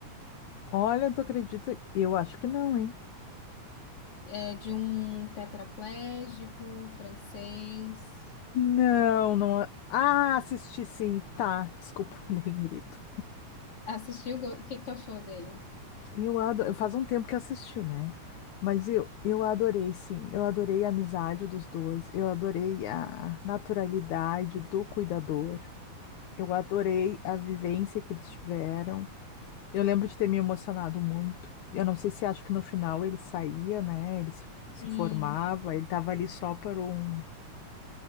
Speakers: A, on the left (about 75°); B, on the left (about 45°).
A: Olha, tu acredita? Eu acho que não, hein?
B: É de um tetraplégico francês.
A: Não, não. a- Ah, assisti sim, tá. Desculpa, <laughs> dei um grito.
B: Assistiu? O que que tu achou dele?
A: Eu adoro, faz um tempo que eu assisti, né? Mas eu, eu adorei, sim. Eu adorei a amizade dos dois. Eu adorei a naturalidade do cuidador. Eu adorei a vivência que eles tiveram. Eu lembro de ter me emocionado muito. Eu não sei se acho que no final ele saía, né? Ele se, se
B: Sim.
A: formava, ele estava ali só por um,